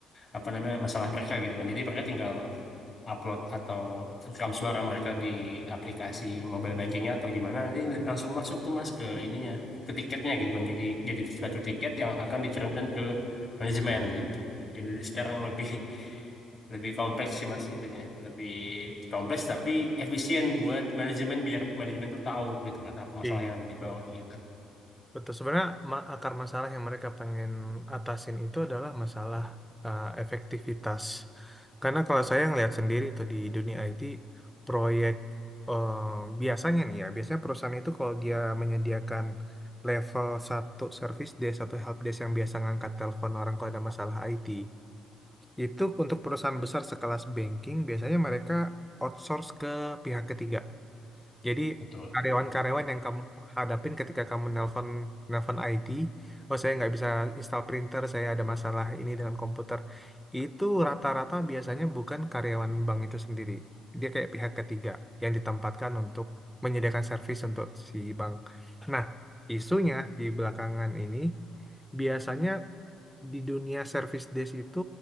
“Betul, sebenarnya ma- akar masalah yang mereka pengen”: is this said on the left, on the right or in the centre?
Centre